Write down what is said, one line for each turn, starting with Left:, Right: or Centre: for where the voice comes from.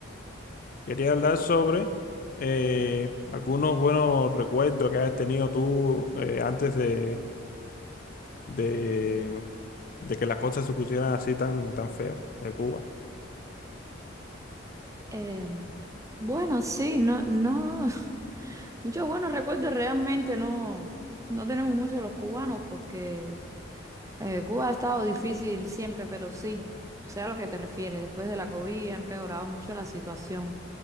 Left: Quería hablar sobre eh, algunos buenos recuerdos que has tenido tú eh, antes de, de, de que las cosas se pusieran así tan, tan feas de Cuba.
Right: Eh, bueno, sí, no, no, <laughs> muchos buenos recuerdos realmente no, no tenemos muchos de los cubanos porque eh, Cuba ha estado difícil siempre, pero sí, sé a lo que te refieres. Después de la COVID ha empeorado mucho la situación.